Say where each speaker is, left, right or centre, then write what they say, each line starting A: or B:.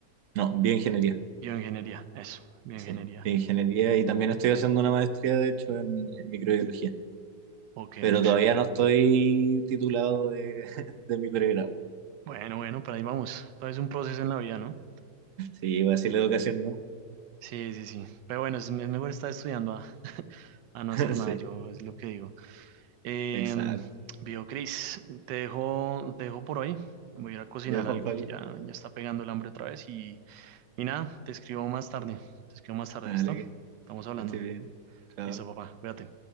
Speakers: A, on the right; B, on the right.
A: No, bioingeniería.
B: Bioingeniería, eso, bioingeniería.
A: Sí, bioingeniería. Y también estoy haciendo una maestría, de hecho, en, en microbiología.
B: Ok,
A: Pero
B: uff,
A: todavía
B: qué
A: no
B: cool.
A: estoy titulado de, <laughs> de mi pregrado.
B: Bueno, bueno, pero ahí vamos. Todo es un proceso en la vida, ¿no?
A: Sí, voy a decir la educación, ¿no?
B: Sí, sí, sí. Pero bueno, es, es mejor estar estudiando a, a no
A: <laughs>
B: hacer nada,
A: Sí,
B: yo es lo que digo. Em,
A: exacto.
B: viejo Cris, te dejo, te dejo por hoy. Voy a ir a cocinar
A: Ya, Juan
B: algo
A: Pablo.
B: que ya, ya está pegando el hambre otra vez Y nada, te escribo más tarde. Te escribo más tarde,
A: Dale,
B: ¿listo?
A: que
B: Estamos hablando.
A: que estés bien. Chao.
B: Listo, papá. Cuídate.